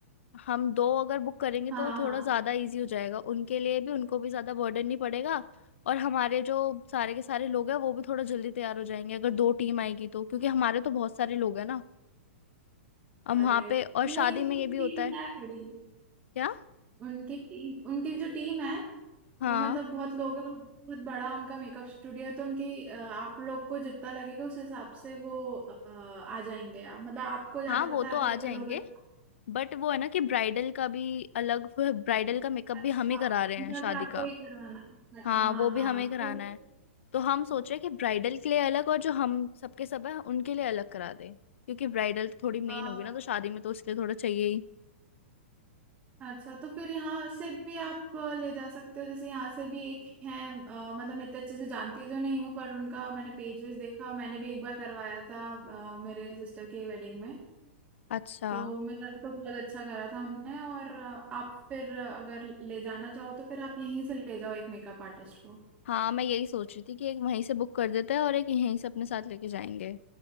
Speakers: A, on the left; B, on the right.
A: हम दो अगर बुक करेंगे
B: हाँ
A: तो वो थोड़ा
B: हाँ
A: ज्यादा इजी हो जाएगा उनके लिए भी उनको भी ज्यादा बर्डन नहीं पड़ेगा और हमारे जो सारे के सारे लोग हैं वो भी थोड़ा जल्दी तैयार हो जाएंगे अगर दो टीम आएगी तो क्योंकि हमारे तो बहुत सारे लोग हैं ना हम
B: अरे
A: वहाँ पे और
B: नहीं
A: शादी
B: तो
A: में
B: उनकी
A: ये भी होता
B: टीम
A: है
B: है बड़ी
A: क्या
B: उनकी टीम उनकी जो टीम है
A: हाँ
B: वो मतलब बहुत लोग हैं बहुत बड़ा उनका मेकअप स्टूडियो है तो उनकी अ, आप लोग को जितना लगेगा उस हिसाब से वो अ, आ जाएंगे आप- मतलब आपको ज्यादा
A: हाँ वो
B: पता
A: तो
B: है कितने
A: आ जाएंगे
B: लोग हैं
A: बट वो है ना कि ब्राइडल का भी अलग ब्राइडल का मेकअप
B: अच्छा
A: भी हम ही करा रहे
B: उनका
A: हैं शादी
B: भी आपको
A: का
B: ही करवाना है अच्छा
A: हाँ
B: हाँ
A: वो भी
B: हाँ
A: हमें
B: तो
A: कराना है तो हम सोच रहे हैं कि ब्राइडल के लिए अलग और जो हम सबके सब है उनके लिए अलग करा दें क्योंकि ब्राइडल तो थोड़ी मेन
B: अ,
A: होगी ना तो शादी में तो उसके लिए थोड़ा चाहिए ही
B: अच्छा तो फिर यहाँ से भी आप अ, ले जा सकते हो जैसे यहाँ से भी एक है अ, मतलब मैं इतने अच्छे से जानती तो नहीं हूँ पर उनका मैंने पेज वेज देखा मैंने भी एक बार करवाया था अ, मेरे सिस्टर की वेडिंग में
A: अच्छा
B: तो मेरा तो बहुत अच्छा करा था उनने और अ, आप फिर अ, अगर ले जाना चाहो तो फिर आप यहीं से ले जाओ एक मेकअप आर्टिस्ट को
A: हाँ मैं यही सोच रही थी कि एक वहीं से बुक कर देते हैं और एक यहीं से अपने साथ लेके जाएंगे